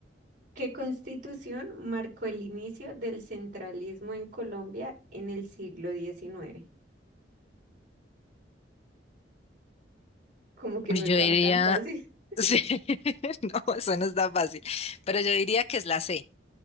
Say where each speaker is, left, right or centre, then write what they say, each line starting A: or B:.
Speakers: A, on the right; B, on the left.
A: ¿Qué constitución marcó el inicio del centralismo en Colombia en el siglo diecinueve? Como que
B: Uy,
A: no estaba
B: Yo diría,
A: tan fácil. <laughs>
B: <laughs> sí, <laughs> no, eso no es tan fácil, pero yo diría que es la C.